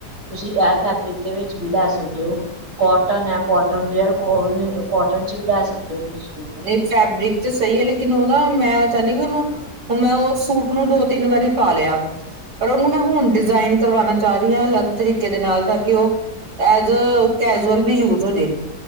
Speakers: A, on the right (about 50°); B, on the right (about 85°).
A: ਤੁਸੀਂ ਐ ਫੈਬਰਿਕ ਦੇ ਵਿੱਚ ਵੀ ਲੈ ਸਕਦੇ ਔ। ਕੋਟਨ ਹੈ ਕੋਟਨ ਜੈਮ ਕੋ ਰੇ ਕੋਟਨ ਚ ਵੀ ਲੈ ਸਕਦੇ ਔ ਤੁਸੀਂ। ਸੂਟ
B: ਨਹੀਂ ਫੈਬਰਿਕ ਤਾਂ ਸਹੀ ਏ ਲੇਕਿਨ ਓਹ ਨਾ ਮੈਂ ਜਾਨੀ ਕਿ ਓਨੂੰ ਹੁਣ ਮੈਂ ਔ ਸੂਟ ਨੂੰ ਦੋ ਤਿੰਨ ਵਾਰੀ ਪਾ ਲਿਆ ਪਰ ਉਹਨੂੰ ਨਾ ਮੈਂ ਹੁਣ ਡਿਜ਼ਾਇਨ ਕਰਵਾਣਾ ਚਾ ਰੀ ਆਂ, ਅਲੱਗ ਤਰੀਕੇ ਦੇ ਨਾਲ ਤਾਂ ਕਿ ਔ ਐਜ ਕੈਜੂਅਲ ਵੀ ਯੂਜ ਹੋਜੇ।